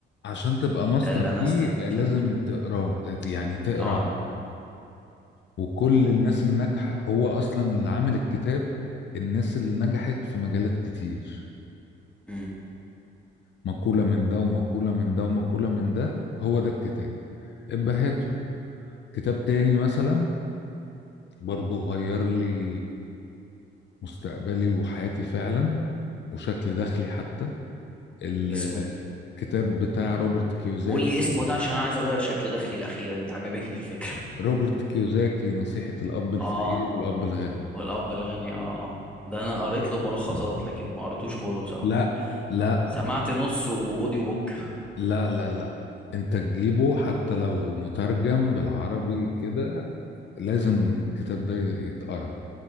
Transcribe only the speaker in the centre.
ده اللي انا
استنتجته
اه
امم
اسمه
قول لي اسمه ده عشان انا عايز اغير شكل دخلي الاخيره دي عجبتني الفكره
اه
والاب الغني اه اه ده انا قريت له ملخصات لكن ما قريتوش كله بصراحه
سمعت نص واوديو بوك